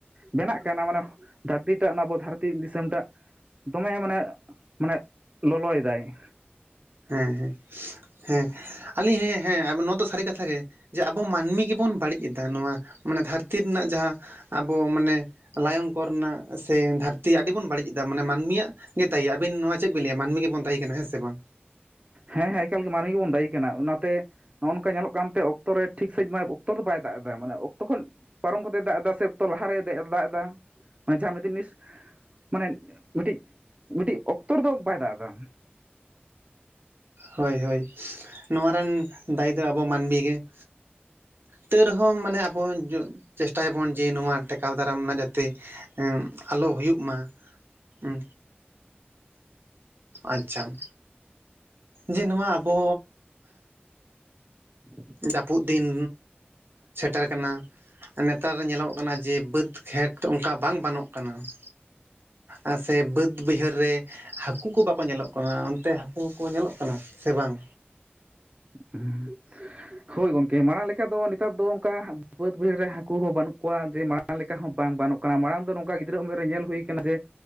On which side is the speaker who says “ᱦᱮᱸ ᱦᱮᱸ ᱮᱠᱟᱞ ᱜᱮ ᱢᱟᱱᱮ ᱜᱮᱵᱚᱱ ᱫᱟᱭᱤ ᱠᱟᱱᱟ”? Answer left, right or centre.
Right